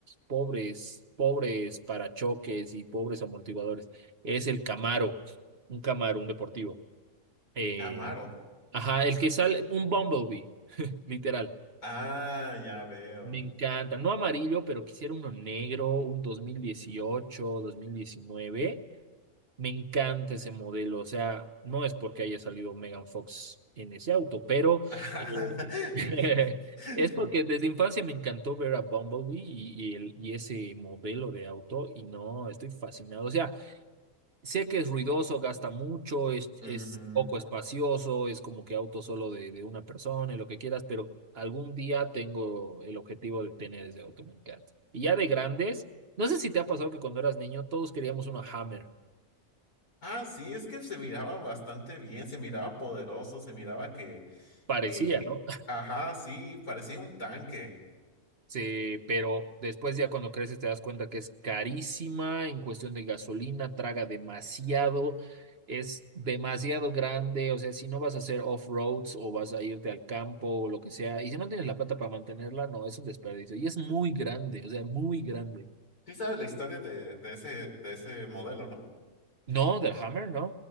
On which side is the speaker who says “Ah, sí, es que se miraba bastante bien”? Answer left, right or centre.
Left